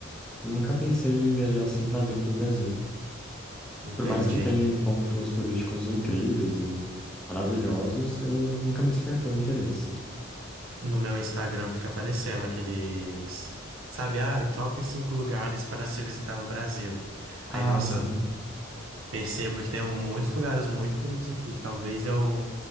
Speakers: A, in the centre; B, on the right.
A: Nunca pensei em viajar assim para dentro do Brasil.
B: Entendi.
A: Por mais que tenha pontos turísticos incríveis e maravilhosos, eu nunca me despertou interesse.
B: No meu Instagram fica aparecendo aqueles. Sabe, ah, top 5 lugares para se visitar no Brasil.
A: Ah,
B: Aí, nossa,
A: sim.
B: Percebo que tem muitos lugares muito bonitos aqui, que talvez eu